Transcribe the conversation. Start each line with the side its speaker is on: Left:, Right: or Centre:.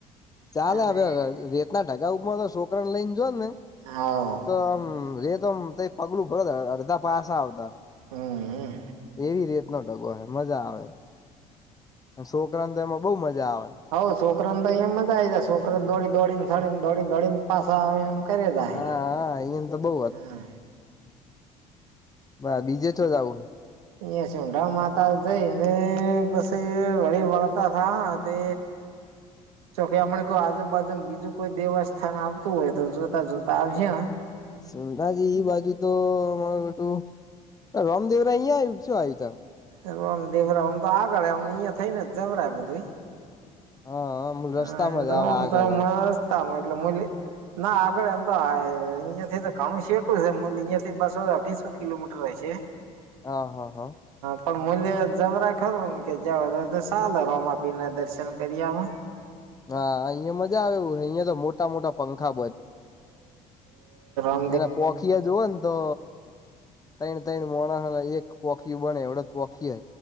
Left: ચાલે
Right: અને
Left: હવે રેતના ઢગાઉ ઉપર તો છોકરાને લઈને જો ને
Right: હાવ
Left: તો આમ રે તો આમ ત પગલું ભર અડધા પાસા આવતાાર
Right: હમ
Left: એવી રેતનો ઢગો મજા આવે છોકરા તો એમાં બહુ મજા આવે
Right: હવ છોકરાને અયા મજા આવી જાય છોકને દોડી દોડીનેોડીને દોડી દોડીને પાસા આવે એમ કરે જાય
Left: હા હા અહીયાને તો બહુ
Right: હા
Left: બ બીજે તો જ આવું હો
Right: એં શિમડાા માતા જ મે બસ વળ વળતા થા તે જોકે આપમને કોઈ આજુબાજુ બીજું કોઈ દેવસ્થાન આવતું હોય તો જોતા જોતા આવશે
Left: સુમધાજી એઈ બાજુ તો અમારું બટું રામદેવરાય અહીંયા આવ્યું છું આવ્યું ત
Right: એ રામ દેવરા આમ તો આગળ અમ અહિયા થઈને જવરા બધું
Left: હા
Right: હા
Left: રસ્તામાં
Right: એ
Left: જ
Right: તોમ
Left: આવે આગળ
Right: તો
Left: જ આવે
Right: રસ્તામાં એટલે મ ના આગળ એમ તો અહિયાયા થી તો ઘણું સેટું છે, અહિયાયા થી બસો અઢીસો કિલોમીટર રહી છે.
Left: હા હા હા.
Right: પણ મ્ય જબરા ખરું ને કે જવા તો સાલે રામાપીર ના દર્શન કરીયામા
Left: હા અહિયાં મજા આવે એવું અહિયાં તો મોટા મોટા પંખા
Right: <unintelligible>
Left: એના પોખીયા જોવ ને તો તૈણ- તૈણ મોણ એક પોખી બને વડદ પોખીય